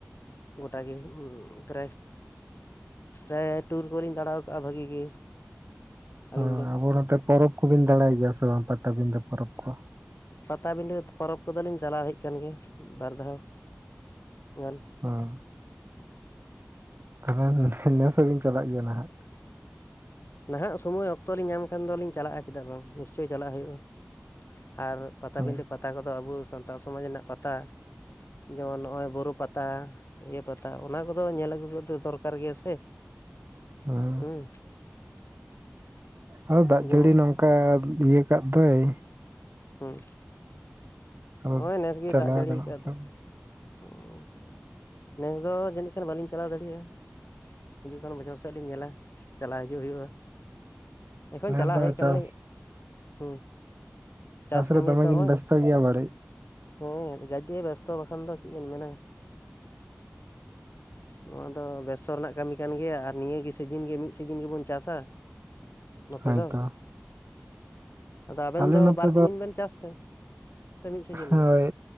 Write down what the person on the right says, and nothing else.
ᱚ
ᱟᱵᱚ ᱱᱚᱛᱮ ᱯᱚᱨᱚᱵᱽ ᱠᱚᱵᱤᱱ ᱫᱟᱬᱟᱭ ᱜᱮᱭᱟ ᱥᱮ ᱵᱟᱝ ᱯᱟᱴᱟᱵᱤᱸᱷᱟᱹ ᱯᱚᱨᱚᱵᱽ ᱠᱚ?
ᱦᱚᱸ᱾ <unintelligible> ᱱᱮᱥ ᱦᱚᱸᱵᱤᱱ ᱪᱟᱞᱟᱜ ᱜᱮᱭᱟ ᱱᱟᱦᱟᱜ᱾
ᱚ
ᱦᱩᱸ᱾
ᱟᱫᱚ ᱫᱟᱜ
ᱡᱟᱹᱲᱤ ᱱᱚᱝᱠᱟ ᱤᱭᱟᱹ ᱠᱟᱫ ᱫᱚᱭ
ᱟᱫᱚ
ᱪᱟᱞᱟᱣ
ᱜᱟᱱᱚᱜᱼᱟ
ᱥᱮ ᱵᱟᱝ
ᱱᱮᱥ
ᱫᱚ
ᱪᱟᱥ
ᱨᱮ ᱫᱚᱢᱮ
ᱵᱤᱱ
ᱵᱮᱥᱛᱚ ᱜᱮᱭᱟ ᱵᱟᱹᱲᱤᱡ
ᱦᱳᱭᱛᱚ
ᱟᱞᱮ
ᱱᱚᱛᱮ
ᱦᱳᱭ